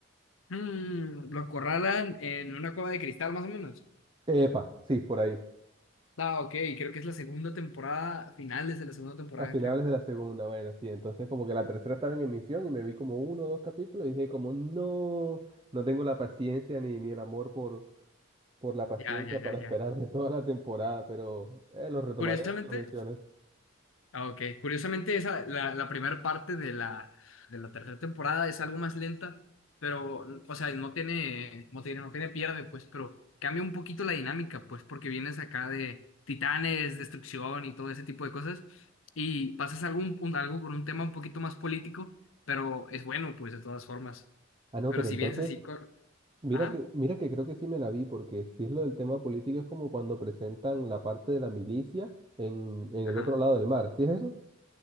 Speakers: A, on the left; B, on the right.
A: Mm, lo acorralan en una cueva de cristal, más o menos.
B: Epa, sí, por ahí.
A: Ah, ok, creo que es la segunda temporada, finales de la segunda temporada,
B: A finales
A: creo.
B: de la segunda, bueno, sí, entonces como que la tercera estaba en emisión y me vi como uno o dos capítulos y dije como no, no tengo la paciencia ni, ni el amor por, por la paciencia
A: Ya, ya, ya,
B: para
A: ya.
B: esperarme toda la temporada, pero eh, lo retomaré
A: Curiosamente,
B: ahora que lo mencionas.
A: ah, ok, curiosamente esa, la, la primera parte de la, de la tercera temporada es algo más lenta, pero, o sea, no tiene, no tiene, no tiene pierde, pues, pero cambia un poquito la dinámica, pues, porque vienes acá de titanes, destrucción y todo ese tipo de cosas, y pasas algún, algo con un tema un poquito más político, pero es bueno, pues, de todas formas.
B: Ah, no,
A: Pero
B: pero
A: si
B: entonces,
A: vienes así con...
B: mira
A: Ajá.
B: que, mira que creo que sí me la vi, porque si es lo del tema político es como cuando presentan la parte de la milicia en, en
A: Ajá.
B: el otro lado del mar, ¿sí es eso?